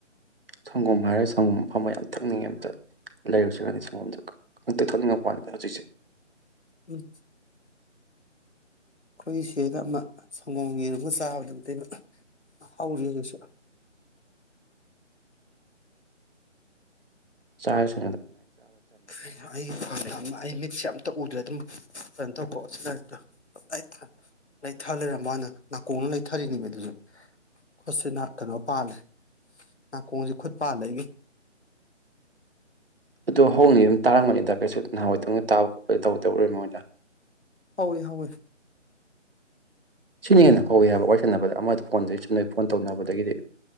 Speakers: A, on the right; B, on the left.
A: ꯁꯪꯒꯣꯝ ꯍꯥꯏꯔꯒ ꯁꯪꯒꯣꯝ ꯑꯐꯝꯕ ꯌꯥꯝ ꯊꯛꯅꯤꯡꯉꯦ ꯑꯝꯇ ꯂꯩꯔꯛꯁꯤꯔ ꯈꯪꯗꯦ ꯁꯪꯒꯣꯝꯗ ꯍꯦꯛꯇ ꯊꯛꯅꯤꯡꯉꯛꯄ ꯋꯥꯅꯤꯗ ꯍꯧꯖꯤꯛꯁꯦ
B: ꯎꯝ ꯈꯣꯏꯒꯤ ꯁꯦꯗ ꯑꯃ ꯁꯪꯒꯣꯝ ꯌꯦꯔꯕ ꯆꯥꯕꯗ ꯑꯝꯇꯣꯏꯕ ꯍꯧꯔꯦ ꯑꯩꯁꯨ
A: ꯆꯥꯔꯁꯨ
B: ꯀꯩꯅꯣ ꯑꯩꯒꯤ ꯐꯝꯗ ꯑꯃ ꯑꯩ ꯃꯤꯠꯁꯦ ꯑꯝꯇ ꯎꯗ꯭ꯔꯦ ꯑꯗꯨꯝ ꯀꯩꯅꯣ ꯇꯧꯀꯣ ꯑꯣꯁꯤ ꯂꯥꯔꯇꯨ ꯇꯞꯇꯏ ꯊꯟ ꯂꯤꯊꯥ ꯂꯩꯔꯝꯕꯩ ꯋꯅꯤꯗ ꯅꯥꯀꯣꯡꯅ ꯂꯩꯊꯔꯤꯅꯤꯃꯤ ꯑꯗꯨꯁꯨ ꯈꯨꯠꯁꯤꯅ ꯀꯩꯅꯣ ꯄꯥꯜꯂꯦ ꯅꯥꯀꯣꯡꯁꯤ ꯈꯨꯠ ꯄꯥꯜꯂꯦ ꯑꯩꯒꯤ
A: ꯑꯗꯣ ꯍꯧꯅ ꯌꯨꯝ ꯇꯥꯔꯝꯒꯅꯤꯗ ꯀꯩꯁꯨ ꯅꯍꯥꯟꯋꯥꯏꯗꯧꯅ ꯇꯥꯕ ꯈꯣꯠꯄ ꯇꯧꯗꯧꯔꯝ ꯃꯣꯏꯗ꯫
B: ꯍꯧꯏ ꯍꯧꯏ
A: ꯁꯤꯅ ꯍꯦꯟꯅ ꯍꯧꯏꯤ ꯍꯥꯏꯕ ꯋꯥꯔꯤ ꯁꯟꯅꯕꯗ ꯑꯃꯗꯨ ꯐꯣꯟꯗꯩ ꯆꯨꯝꯅꯩ ꯐꯣꯟ ꯇꯧꯅꯕꯗꯒꯤꯗꯤ